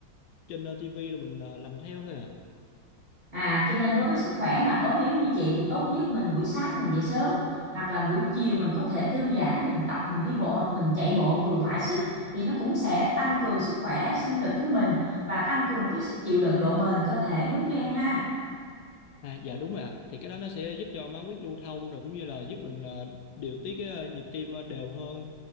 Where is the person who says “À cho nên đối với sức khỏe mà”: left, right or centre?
Right